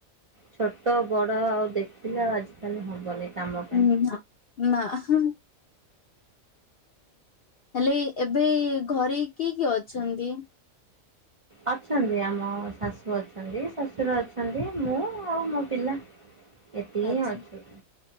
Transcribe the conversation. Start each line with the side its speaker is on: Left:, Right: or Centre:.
Right: ଛୋଟ ବଡ ଆଉ ଦେଖିଲେ ଆଉ ଆଜିକାଲି ହବନି। ସମ୍ଭ ପାଇଁ
Left: ହୁଁ ନା ନା ହୋ ହେଲେ ଏବେ ଘରେ କିଏ କିଏ ଅଛନ୍ତି।
Right: ଅଛନ୍ତି ଆମ ଶାଶୁ ଅଛନ୍ତି। ଶଶୁର ଅଛନ୍ତି ମୁଁ ଆଉ ମୋ ପିଲା ଏତିକିଁ
Left: ଆଚ୍ଛା
Right: ଅଛ।